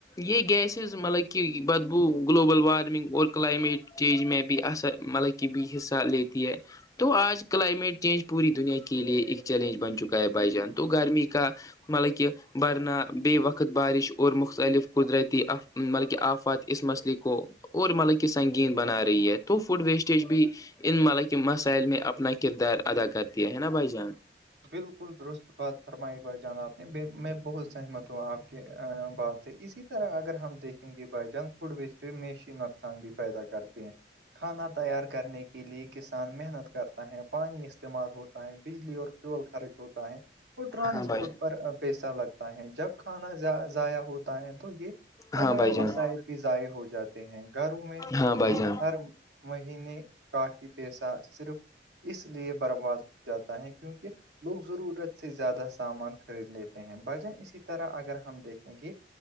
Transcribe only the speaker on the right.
بالکل درست بات فرمائی بھائی جان آپ نے ب میں بہت سہمت ہا آپ کی بات اسی طرح اگر ہم دیکھیں گے بائی جان فوڈ ویسٹی میشی نقصان بھی پیدا کرتے ہیں کھانا تیار کرنے کے لیے کسان محنت کرتا ہے پانی استعمال ہوتا ہے بجلی فول خر ہوتا ہے اور ٹرانسپورٹ
پر پیسہ لگتا ہے جب کھانا ضائع ہوتا ہے تو یہ تمام
وسائل بھی ضائع ہو جاتے ہیں گھروں میں
بھی
ہر مہینے کافی پیسہ صرف اس لیے برباد ہو جاتا ہے کیونکہ لوگ ضرورت سے زیادہ سامان خرید لیتے ہیں بجن اسی طرح اگر ہم دیکھ کیونکہ